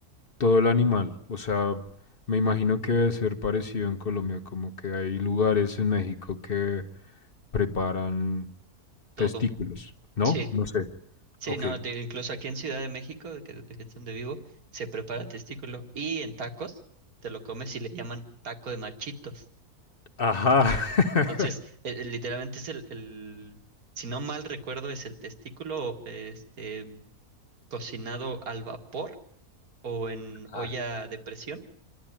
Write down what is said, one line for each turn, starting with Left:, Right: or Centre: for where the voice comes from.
Left: todo el animal. O sea, me imagino que debe ser parecido en Colombia, como que hay lugares en México que preparan
Right: todo.
Left: testículos, ¿no?
Right: Sí.
Left: No sé.
Right: Sí,
Left: Ok.
Right: no, de- incluso aquí en Ciudad de México, de que, de que es donde vivo, se prepara testículo y en tacos te lo comes y le llaman taco de machitos.
Left: Ajá. <laughs>
Right: Entonces, eh, eh, literalmente es el, el- si no mal recuerdo, es el testículo este, cocinado al vapor o en olla
Left: Ah,
Right: de presión